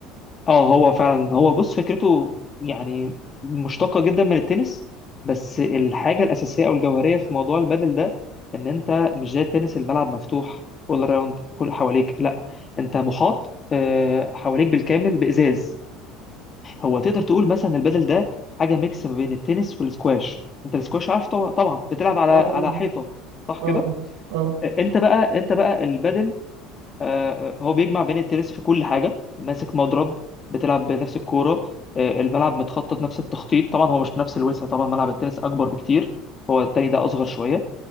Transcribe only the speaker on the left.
اه هو فعلا هو بص فكرته يعني مشتقة جدا من التنس بس الحاجة الأساسية أو الجوهرية في موضوع البادل ده إن أنت مش زي التنس الملعب مفتوح أول راوند كل حواليك لا أنت محاط آه، حواليك بالكامل بإزاز هو تقدر تقول مثلا البادل ده حاجة ميكس ما بين التنس والسكواش أنت السكواش عارف طبعا طبعاً، بتلعب على
على حيطة صح
كده
آه، أنت بقى أنت بقى البادل آه، هو بيجمع بين التنس في كل حاجة ماسك مضرب بتلعب بنفس الكورة آه، الملعب متخطط نفس التخطيط طبعا هو مش بنفس الوسع طبعا ملعب التنس أكبر بكتير هو التاني ده أصغر شوية